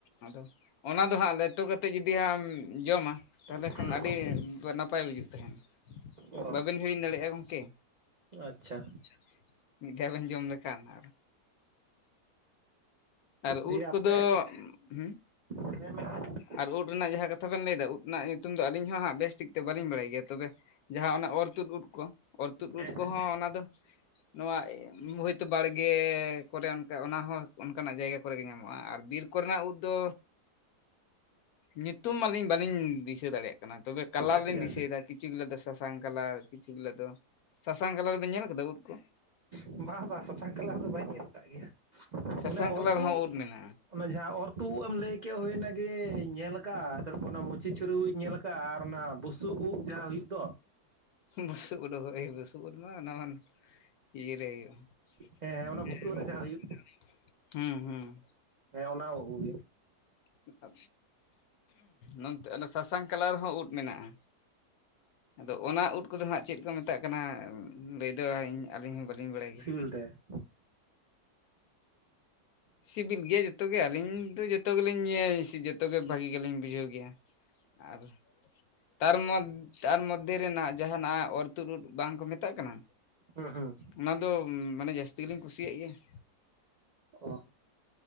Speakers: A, on the left; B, on the right.
A: ᱟᱫᱚ ᱚᱱᱟ ᱫᱚ ᱦᱟᱸᱜ ᱞᱮᱴᱚ ᱠᱟᱛᱮᱫ ᱡᱩᱫᱤᱢ ᱦᱟᱸᱜ ᱮᱢ ᱡᱚᱢᱟ ᱛᱟᱞᱦᱮ
B: ᱦᱩᱸ
A: ᱠᱷᱟᱱ ᱟᱹᱰᱤ ᱱᱟᱯᱟᱭ ᱵᱩᱡᱷᱟᱹᱜ᱾ ᱛᱟᱦᱮᱱ
B: ᱚ
A: ᱵᱟᱵᱮᱱ ᱦᱤᱲᱤᱧ ᱫᱟᱲᱮᱭᱟᱜ-ᱟ ᱜᱚᱝᱠᱮ᱾
B: ᱟᱪᱪᱷᱟ᱾
A: ᱟᱪᱪᱷᱟ ᱢᱤᱫ ᱫᱷᱟᱣ ᱵᱮᱱ ᱡᱚᱢ ᱞᱮᱠᱷᱟᱱ ᱟᱨ ᱟᱨ
B: ᱫᱤᱭᱮ
A: ᱩᱫ ᱠᱚᱫᱚ
B: ᱟᱯᱮ
A: ᱦᱮᱸ᱾
B: <unintelligible>
A: ᱟᱨ ᱩᱫ ᱨᱮᱱᱟᱜ ᱡᱟᱦᱟ ᱠᱟᱛᱷᱟ ᱵᱮᱱ ᱞᱟᱹᱭ ᱫᱟ ᱩᱫ ᱨᱮᱱᱟᱜ ᱧᱩᱛᱩᱢ ᱫᱚ ᱟᱹᱞᱤᱧ ᱦᱚᱸ ᱦᱟᱸᱜ ᱵᱮᱥᱴᱷᱤᱠ ᱫᱚ ᱵᱟᱹᱞᱤᱧ ᱵᱟᱲᱟᱭ ᱜᱮᱭᱟ᱾ᱛᱚᱵᱮ ᱡᱟᱦᱟ ᱚᱱᱟ ᱚᱨ ᱛᱩᱫ ᱩᱫ ᱠᱚ, ᱚᱨ ᱛᱩᱫ
B: ᱦᱮᱸ
A: ᱩᱫ ᱠᱚᱦᱚᱸ ᱚᱱᱟ ᱫᱚ ᱱᱚᱣᱟ ᱦᱳᱭ ᱛᱚ ᱵᱟᱲᱜᱮ ᱠᱚᱨᱮᱫ ᱚᱱ ᱛᱮ ᱚᱱᱟ ᱦᱚᱸ ᱚᱱᱠᱟᱱᱟᱜ ᱡᱟᱭᱜᱟ ᱠᱚᱨᱮ ᱜᱮ ᱧᱟᱢᱚᱜ-ᱟ᱾ ᱟᱨ ᱵᱤᱨ ᱠᱚ ᱨᱮᱱᱟᱜ ᱩᱫ ᱫᱚ ᱧᱩᱛᱩᱢ ᱢᱟ ᱞᱤᱧ ᱵᱟᱹᱞᱤᱧ ᱫᱤᱥᱟᱹ ᱫᱟᱲᱮᱭᱟᱜ ᱠᱟᱱᱟ᱾ ᱛᱚᱵᱮ ᱠᱟᱞᱟᱨ
B: ᱟᱪᱪᱷᱟ
A: ᱞᱤᱧ ᱫᱤᱥᱟᱹᱭ ᱫᱟ᱾ ᱠᱤᱪᱷᱩ ᱜᱩᱞᱟᱹ ᱫᱚ ᱥᱟᱥᱟᱝ ᱠᱟᱞᱟᱨ, ᱠᱤᱪᱷᱩ ᱜᱩᱞᱟᱹ ᱫᱚ ᱥᱟᱥᱟᱝ ᱠᱟᱞᱟᱨ ᱵᱮᱱ ᱧᱮᱞ ᱠᱟᱫᱟ ᱩᱫ ᱠᱚ?
B: ᱵᱟᱝ ᱵᱟᱝ ᱥᱟᱥᱟᱝ ᱠᱟᱞᱟᱨ ᱫᱚ ᱵᱟᱹᱧ ᱧᱮᱞ ᱠᱟᱜ ᱜᱮᱭᱟ᱾
A: ᱥᱟᱥᱟᱝ
B: ᱚᱱᱮ ᱚᱨ
A: ᱠᱟᱞᱟᱨ
B: ᱛᱩᱫ
A: ᱦᱚᱸ ᱩᱫ ᱢᱮᱱᱟᱜᱼᱟ
B: ᱚᱱᱟ ᱡᱟᱦᱟ ᱚᱨ ᱛᱩ ᱮᱢ ᱞᱟᱹᱭ ᱠᱮᱫ ᱦᱳᱭ ᱚᱱᱟ ᱜᱤᱧ ᱧᱮᱞ ᱠᱟᱜ-ᱟ᱾ ᱛᱟᱨᱯᱚᱨ ᱚᱱᱟ ᱢᱩᱪᱤ ᱪᱩᱨᱤᱧ ᱩᱫ ᱤᱧ ᱧᱮᱞ ᱠᱟᱜ-ᱟ ᱟᱨ ᱚᱱᱟ ᱵᱩᱥᱩᱵ ᱩᱫ ᱡᱟᱦᱟ ᱦᱩᱭᱩᱜ ᱫᱚ᱾
A: ᱵᱩᱥᱩᱵ ᱳᱫ ᱦᱳᱭ ᱵᱩᱥᱩᱵ ᱳᱫ ᱢᱟ ᱱᱟᱣᱟᱱ ᱤᱭᱟᱹ ᱨᱮ ᱦᱳᱭᱳᱜ-ᱟ᱾ <unintelligible>
B: ᱦᱮᱸ ᱦᱮᱸ ᱚᱱᱟ ᱵᱩᱥᱩᱵ ᱨᱮ ᱡᱟᱦᱟᱸ ᱦᱩᱭᱩᱜ
A: ᱦᱩᱸ, ᱦᱩᱸ᱾
B: ᱦᱮᱸ ᱚᱱᱟ ᱩᱫ ᱜᱮ
A: ᱵᱟᱪᱪᱷᱟ ᱱᱚᱱᱛᱮ ᱚᱱᱟ ᱥᱟᱥᱟᱝ ᱠᱟᱞᱟᱨ ᱦᱚᱸ ᱩᱫ ᱢᱮᱱᱟᱜ-ᱟ᱾ ᱟᱫᱚ ᱚᱱᱟ ᱩᱫ ᱠᱚᱫᱚ ᱦᱟᱸᱜ ᱪᱮᱫ ᱠᱚ ᱢᱮᱛᱟᱜ ᱠᱟᱱᱟ ᱞᱟᱹᱭ ᱫᱚ ᱤᱧ ᱟᱹᱞᱤᱧ ᱦᱚᱸ ᱵᱟᱹᱞᱤᱧ ᱵᱟᱲᱟᱭ ᱜᱮᱭᱟ᱾
B: ᱱᱚᱸᱰᱮ
A: ᱥᱤᱵᱤᱞ ᱜᱮᱭᱟ ᱡᱚᱛᱚ ᱜᱮ ᱟᱹᱞᱤᱧ ᱫᱚ ᱡᱚᱛᱚ ᱜᱮᱞᱤᱧ ᱡᱚᱛᱚ ᱜᱮ ᱵᱷᱟᱹᱜᱤ ᱜᱮᱞᱤᱧ ᱵᱩᱡᱷᱟᱹᱣ ᱜᱮᱭᱟ᱾ ᱟᱨ ᱛᱟᱨᱢᱚᱫ, ᱛᱟᱨᱢᱚᱫ ᱫᱷᱮ ᱨᱮᱱᱟᱜ ᱡᱟᱦᱟ ᱱᱟᱜ ᱚᱨ ᱛᱩᱫ ᱩᱫ ᱵᱟᱝᱵᱠᱚ ᱢᱮᱛᱟᱜ ᱠᱟᱱᱟ?
B: ᱦᱚᱸ, ᱦᱚᱸ᱾
A: ᱚᱱᱟ ᱫᱚ ᱢᱟᱱᱮ ᱡᱟᱹᱥᱛᱤ ᱜᱮ ᱞᱤᱧ ᱠᱩᱥᱤᱭᱟᱜ ᱜᱮᱭᱟ ᱾
B: ᱚ